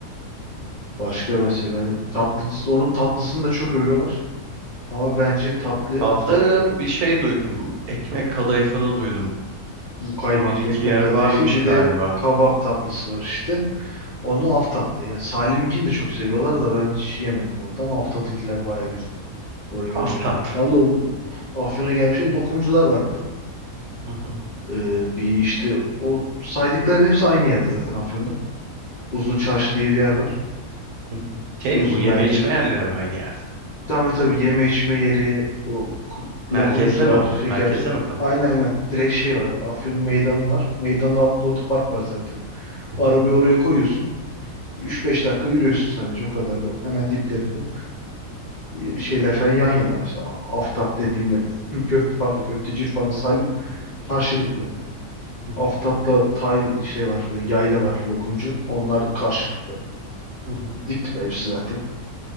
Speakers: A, on the left (about 50°); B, on the right (about 80°).
A: Başka mesela hani tatlı, onun tatlısını da çok övüyorlar. Ama bence tatlıyı
B: Hatta
A: Aftat'ta
B: bir şey duydum. Ekmek kadayıfını duydum.
A: Kaymaklı
B: Bir iki
A: ekmek
B: yer
A: kadayıfı
B: varmış
A: bir
B: galiba.
A: de kabak tatlısı var işte. Onu Aftat'ta yani Salim'inkini de çok seviyorlar da ben hiç yemedim orada ama Aftat'ınkiler baya güzel. Orayı öneririm.
B: Aftat.
A: Valla o Afyon'a gelmiş lokumcular var bir de.
B: Hı hı.
A: Ee, bir işte o saydıkların hepsi aynı yerde zaten Afyon'da. Uzun Çarşı diye bir yer var.
B: Hı hı.
A: Gidiyorsun
B: Şey mi bu yeme
A: merkeze.
B: içme yerleri mi aynı yerde?
A: Tabii tabii yeme içme yeri, o ku-
B: Merkezde
A: lokumcular,
B: mi oluyor?
A: şeker.
B: Merkezde mi kalıyor?
A: Aynen aynen. Direkt şey var. Afyon meydanı var. Meydanın altında otopark var zaten.
B: Hı
A: Arabayı
B: hı,
A: oraya koyuyorsun. Üç beş dakika yürüyorsun sadece o kadar bu. Hemen diplerinde E, şeyler falan yan yana mesela. Aftap dediğimde <laughs> köfte pardon köfteci İrfan'la Salim karşılıklı.
B: hı hı,
A: Aftap'la tay şey var e, yayla var lokumcu. Onlar karşılıklı.
B: hı hı.
A: Dip dibe hepsi zaten.